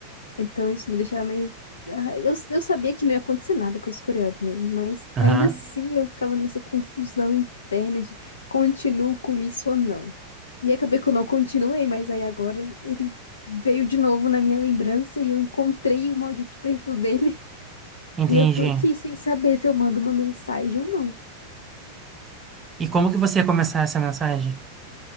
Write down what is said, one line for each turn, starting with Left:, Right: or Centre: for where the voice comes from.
Left: Então isso me deixava meio. Ah, Eu, eu sabia que não ia acontecer nada com esse coreano mesmo, mas
Right: Aham,
Left: ainda assim eu ficava nessa confusão interna de continuo com isso ou não. E acabei que eu não continuei, mas aí agora ele veio de novo na minha lembrança e eu encontrei o maldito perfil dele. <laughs>
Right: entendi.
Left: E eu tô aqui sem saber se eu mando uma mensagem ou não.
Right: E como que você ia começar essa mensagem?